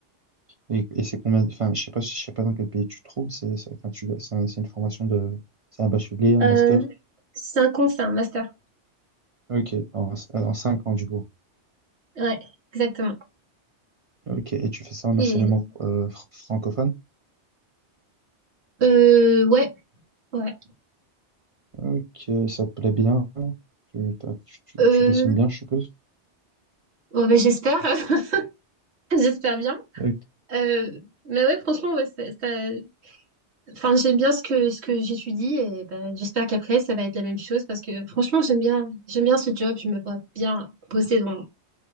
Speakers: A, on the right (about 40°); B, on the right (about 65°).
A: Et, et c'est combien, enfin, je sais pas, je sais pas dans quel pays tu te trouves. C'est, c'est- enfin, tu, c'est un- c'est une formation de, c'est un bachelier, un
B: Euh,
A: master.
B: c'est un c'est un master.
A: Ok, en, en 5 ans, du coup.
B: Ouais, exactement.
A: Ok, et tu fais ça en
B: Et
A: enseignement euh, fr- francophone?
B: euh, ouais, ouais.
A: Ok, ça te plaît bien? Tu, t'as- tu, tu-
B: Euh,
A: tu dessines bien, je suppose?
B: bon, bah, j'espère, <laughs> j'espère bien.
A: Ok.
B: Euh, mais ouais, franchement, ouais, ça, ça- Enfin, j'aime bien ce que, ce que j'étudie et ben, j'espère qu'après, ça va être la même chose parce que franchement, j'aime bien, j'aime bien ce job. Je me vois bien bosser dans,